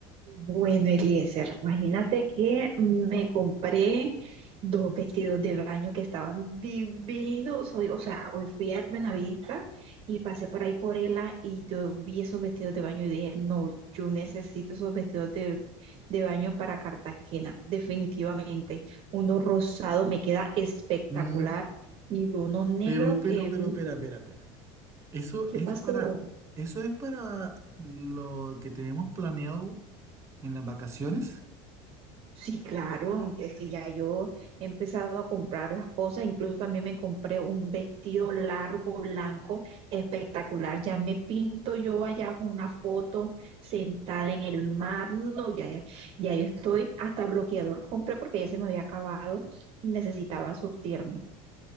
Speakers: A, on the right; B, on the right.
A: Bueno, Eliezer, imagínate que me compré dos vestidos de baño que estaban divinos. Hoy, o sea, hoy fui a Hermenavista y pasé por ahí por ella y yo vi esos vestidos de baño y dije, no, yo necesito esos vestidos de, de baño para Cartagena, definitivamente. Uno rosado me queda espectacular
B: Mm,
A: y uno negro
B: pero, pero,
A: que,
B: pero, espera, espera, espera. espera. Eso
A: ¿qué
B: es
A: pasó?
B: para, eso es para lo que tenemos planeado en las vacaciones.
A: Sí, claro, es que ya yo he empezado a comprar las cosas, incluso también me compré un vestido largo, blanco, espectacular, ya me pinto yo allá con una foto sentada en el mar, no, ya, ya ya yo estoy, hasta bloqueador compré porque ya se me había acabado y necesitaba surtirme.